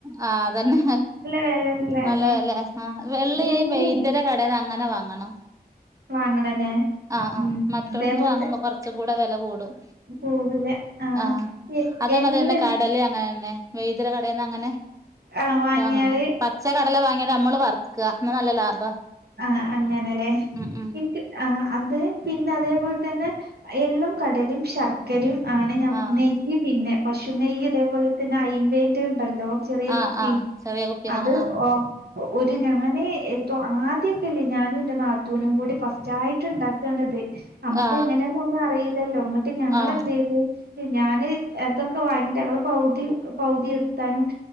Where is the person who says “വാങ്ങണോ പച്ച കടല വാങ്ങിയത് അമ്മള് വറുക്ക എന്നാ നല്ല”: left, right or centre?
Right